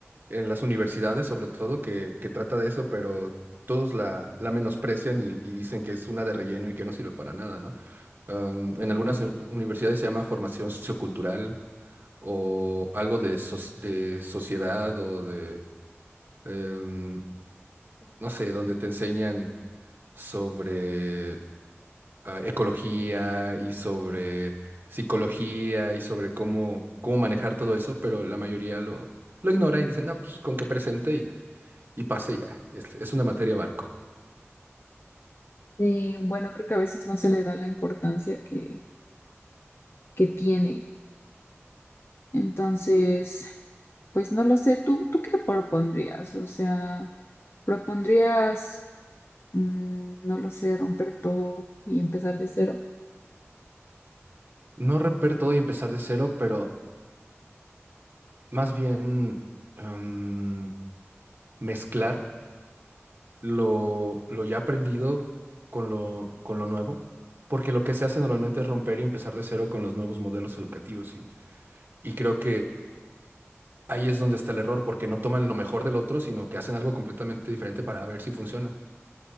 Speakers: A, on the right; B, on the left.
A: en las universidades, sobre todo, que, que trata de eso, pero todos la, la menosprecian y, y dicen que es una de relleno y que no sirve para nada, ¿no? Am, en algunas u- universidades se llama formación sociocultural o algo de, soci- de sociedad o de, em, no sé, donde te enseñan sobre ah, ecología y sobre psicología y sobre cómo, cómo manejar todo eso, pero la mayoría lo, lo ignora y dicen no, pues con que presente y, y pase ya. Es, es una materia barco.
B: Y bueno, creo que a veces no se le da la importancia que, que tiene. Entonces... Pues no lo sé, ¿tú, tú qué te propondrías? O sea, ¿propondrías, mm, no lo sé, romper todo y empezar de cero?
A: No romper todo y empezar de cero, pero más bien em, Mezclar lo, lo ya aprendido con lo, con lo nuevo, porque lo que se hace normalmente es romper y empezar de cero con los nuevos modelos educativos y, y creo que ahí es donde está el error, porque no toman lo mejor del otro, sino que hacen algo completamente diferente para ver si funciona.